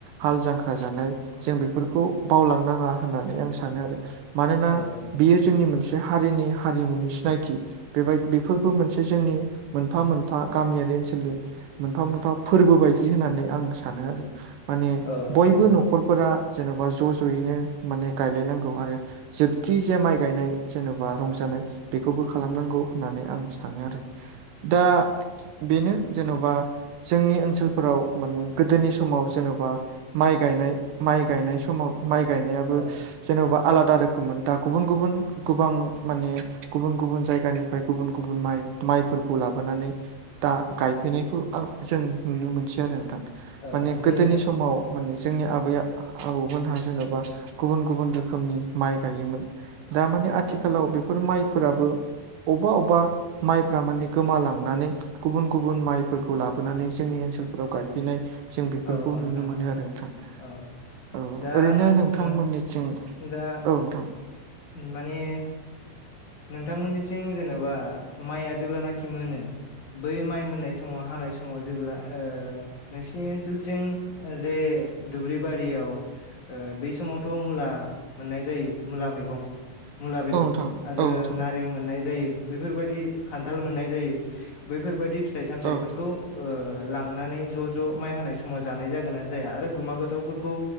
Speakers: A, on the right; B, on the left.
A: हाल जांखा खा जानाय जों बेफोरखौ बावलांनाङा होननानै आं सानो आरो। मानोना
B: औ औ नोंथां
A: बेयो जोंनि मोनसे हारिनि हारिमुनि सिनायथि। बेबायद बेफोरबो मोनसे जोंनि मोनफा मोनफा गामियारि ओनसोलनि मोनफा मोनफा फोरबो बायदि होननानै आं सानो आरो माने
B: औ नोंथां
A: खरफोरा जेन'बा ज' ज'यैनो माने गायलायनांगौ आरो जोबथि जे माइ गायनाय जेनेबा रंजानाय बेखौबो खालामनांगौ होननानै आं सानो आरो दा बेनो जेन'बा जोंनि ओनसोलफोराव माने गोदोनि समाव जेन'बा माइ गायनाय माइ गायनाय समाव माइ गायनायाबो
B: औ
A: जेन'बा आलादा रोखो खोममोन दा गुबुन गुबुन गोबां माने गुबुन गुबुन जायगानिफ्राय गुबुन गुबुन माइ माइफोरखौ लाबोनानै दा गायफैनायखौ आ जों नुनो मोनसै आरो नोंथां
B: औ
A: माने
B: ओमफ्राय
A: गोदोनि समाव माने जोंनि आबैया आबौमोनहा जेन'बा गुबुन गुबुन रोखोमनि माइ गायोमोन। दामाने आथिखालाव बेफोर माइफोराबो अबा अबा माइफ्रा माने गोमालांनानै गुबुन गुबुन माइफोरखौ लाबोनानै जोंनि ओनसोलफोराव गायफैनाय जों बेफोरखौ
B: औ औ
A: नुनो
B: नोंथां
A: मोनो
B: औ
A: आरो नोंथां
B: औ
A: औ
B: दा
A: ओरैनो
B: नों
A: नोंथांमोननिथिं
B: दा
A: अ थां
B: माने नोंथांमोननिथिं जेन'बा माइआ जेब्लानाखि मोनो बै माइ मोननाय समाव हानाय समाव जेब्ला ओ नोंसिनि ओनसोलथिं जे दुब्लि बारियाव ओ बै समावथ' मुला मोननाय जायो मुला मै मैगं मुला बेदर
A: औ नोंथां
B: आरो
A: औ नोंथां
B: नारें मोननाय जायो बैफोरबायदि खान्थाल मोननाय जायो बैफोरबायदि फिथाइ सामथाइफोरखौ
A: औ
B: ओ लांनानै ज' ज' माइ हानाय समाव जानाय जागोन ना जाया आरो गुमा गोथावफोरखौ